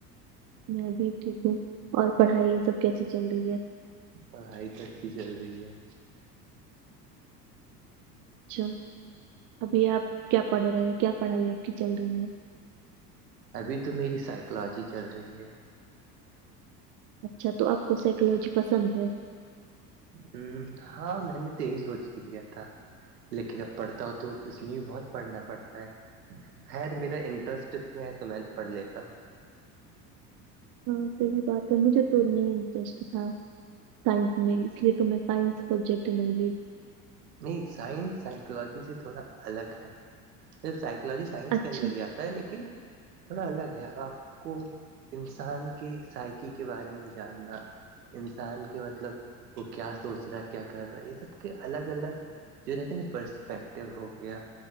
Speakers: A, on the right; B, on the right.
A: میں بھی ٹھیک ہوں اور پڑھائی یہ سب کیسی چل رہی ہے
B: پڑھائی تو اچھی چل رہی ہے
A: اچھا ابھی آپ کیا پڑھ رہے ہیں کیا پڑھائی آپ کی چل رہی ہے
B: ابھی تو میری سائیکولوجی چل رہی ہے
A: اچھا تو آپ کو سائیکولوجی پسند ہے
B: ہ ہاں میں نے تو یہی سوچ کے لیا تھا لیکن اب پڑھتا ہو تو اس میں بھی بہت پڑھنا پڑتا ہے خیر میرا انٹرسٹ اس میں ہے تو میں پڑھ لیتا ہوں
A: ہاں صحیح بات ہے مجھے تو نہیں انٹرسٹ تھا سائنس میں اس لیے تو میں سائنس سبجیکٹ نہیں لی
B: نہیں سائنس سائیکولوجی سے تھوڑا الگ ہے صف سائیکولوجی سائنس
A: اچھا
B: کے اندر ہییا لیکن تھوڑا الگ ہے ا آپ کو انسان کے سائیکی کے بارے میں جاننا انسان کے مطلب وہ کیا سوچ رہا ہے کیا کر رہا ہے یہ سب کے الگ الگ الگ جو رہتے نا پرسپیکٹو ہو گیا